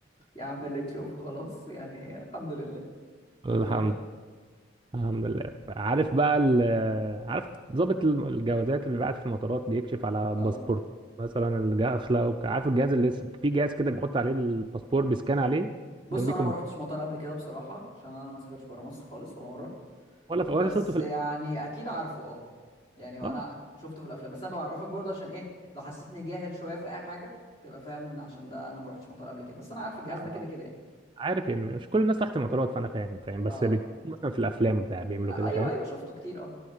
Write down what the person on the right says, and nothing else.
الحمد
الحمد لله عارف بقى ال- عارف ضابط الجوازات اللي بيبعت في المطارات بيكشف على
باسبورت مثلا الداخله عارف الجهاز اللي لسه- في جهاز كده بيحط عليه الباسبور بيسكان عليه
جنبيكم
ولا
ولا شفته في
الافلام
لا
لا
عارف يعني مش كل الناس تحت المطارات فانا فاهم فاهم بس
بت-
مثلا في الافلام بتاع بيعملوا
كده
فاهم